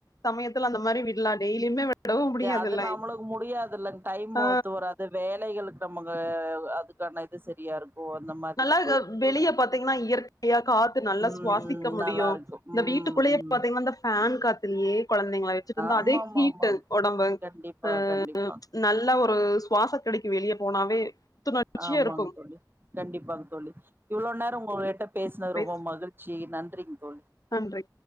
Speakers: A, on the left (about 55°); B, on the right (about 30°).
A: சமயத்துல அந்த மாரி விடலாம் டெய்லியுமே விடவும் முடியாதுல்ல
B: அது நம்மளுக்கு முடியாதுலங் டைம்
A: ஆ
B: ஒத்து வரா து வேலைகளுக்கு நம்மங்க அ அதுக்கான இது சரியா இருக்கு அந்த மாதிரி
A: நல்லா
B: போயிட்ருக்குல்ல
A: இது வெளிய பாத்தீங்கன்னா இயற்கையா காத்து நல்லா
B: ம்
A: சுவாசிக்க முடியும்
B: நல்லாருக்கு
A: இந்த
B: ம்
A: வீட்டுக்குள்ளயே
B: ம்
A: பாத்தீங்கன்னா இந்த ஃபேன் காத் அதுலே கொழந்தைங்கள வச்சுட்டு இருந்தோ
B: ஆமா
A: அதே
B: ஆமா
A: ஹீட்டு
B: ஆமாங்
A: ஒடம்பு
B: கண்டிப்பா
A: அ
B: கண்டிப்பா
A: அ நல்ல ஒரு சுவாச கெடைக்கு வெளிய போனாவே புத்துணர்ச்சியா
B: ஆமாங்க
A: இருக்கு
B: தோழி கண்டிப்பாங்க தோழி இவ்ளோ நேரோ உங்ககிட்ட பேசுனது
A: பேசு
B: ரொம்ப மகிழ்ச்சி நன்றிங்க தோழி
A: நன்றி